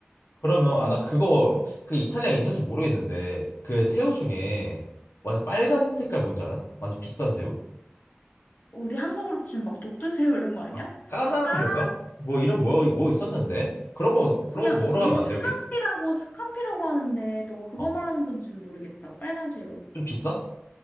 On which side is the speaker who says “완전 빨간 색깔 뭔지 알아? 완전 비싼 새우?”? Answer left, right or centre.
Left